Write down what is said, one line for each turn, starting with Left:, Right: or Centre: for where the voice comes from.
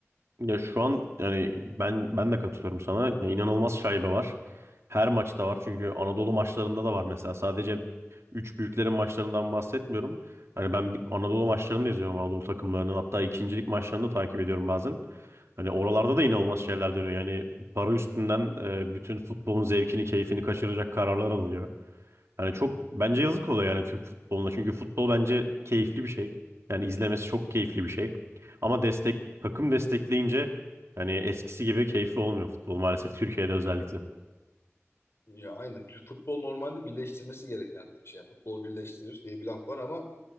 Right: Ya şu an yani ben ben de katılıyorum sana. Ya inanılmaz şaibe var. Her maçta var çünkü Anadolu maçlarında da var mesela. Sadece üç büyüklerin maçlarından bahsetmiyorum. Hani ben bir- Anadolu maçlarını da izliyorum Anadolu takımlarının. Hatta ikincilik maçlarını da takip ediyorum bazen. Hani oralarda da inanılmaz şeyler dönüyor. Yani para üstünden e, bütün futbolun zevkini, keyfini kaçıracak kararlar alınıyor. Yani çok bence yazık oluyor yani Türk futboluna. Çünkü futbol bence keyifli bir şey. Yani izlemesi çok keyifli bir şey. Ama destek takım destekleyince yani eskisi gibi keyifli olmuyor futbol maalesef Türkiye'de özellikle.
Left: Ya aynen. Türk futbol normalde birleştirmesi gereken bir şey. Yani Futbol birleştirir diye bir laf var ama